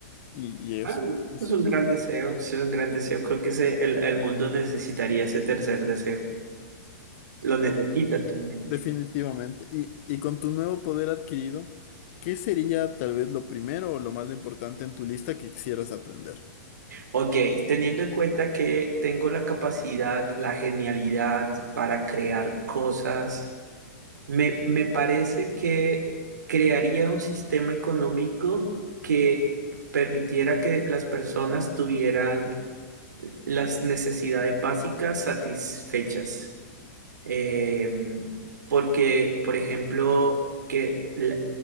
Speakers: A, on the left; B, on the right.
A: y, y eso.
B: Ah,
A: No
B: es
A: sé.
B: un gran deseo, es un gran deseo. Creo que ese- el, el mundo necesitaría ese tercer deseo. Lo necesita actualmente.
A: Definitivamente. Y, y con tu nuevo poder adquirido, ¿qué sería tal vez lo primero o lo más importante en tu lista que quisieras aprender?
B: Ok, teniendo en cuenta que tengo la capacidad, la genialidad para crear cosas, me, me parece que crearía un sistema económico que permitiera que las personas tuvieran las necesidades básicas satisfechas. Eh, porque, por ejemplo, que la-